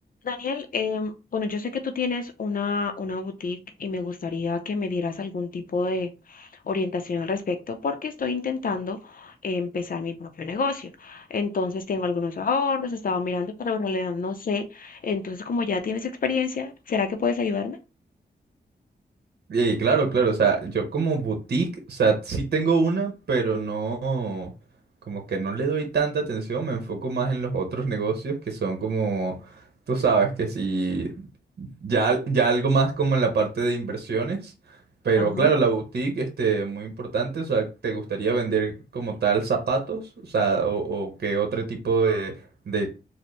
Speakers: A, on the left; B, on the right.
A: Daniel, em, bueno, yo sé que tú tienes una, una boutique y me gustaría que me dieras algún tipo de orientación al respecto porque estoy intentando empezar mi propio negocio. Entonces tengo algunos ahorros, estaba mirando, pero en realidad no sé. Entonces, como ya tienes experiencia, ¿será que puedes ayudarme?
B: Y claro, claro, o sea, yo como boutique, o sea, sí tengo una, pero no, como que no le doy tanta atención, me enfoco más en los otros negocios que son como, tú sabes, que si ya, ya algo más como en la parte de inversiones, pero
A: Ajá.
B: claro, la boutique, este, muy importante, o sea, ¿te gustaría vender como tal zapatos? O sea, o, o qué otro tipo de, de,